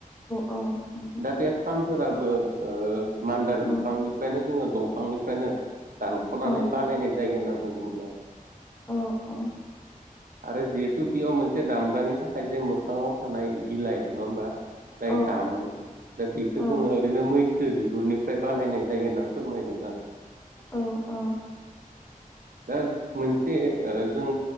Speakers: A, on the left; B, on the right.
A: औ
B: दाबे खाम फोराबो ओ मान्दार
A: औ
B: बिफांनिफ्रायनो जोङो दंफांनिफ्रायनो दानख'नानै
A: औ
B: बानायनाय जायो होनना बुंदोंमोन आरो।
A: औ औ
B: आरो जिहेतु बेयाव मोनसे दामग्रानि थाखाय जे मोखाङाव थानाय बिलाइ नङा होमबा। जाय
A: औ
B: दामो दा बेखौ
A: औ
B: जोङो ओरैनो मै सो बिगुरनिफ्राय बानायनाय जायो होनना फोरमायदोंमोन आरो।
A: औ औ।
B: दा मोनसे जों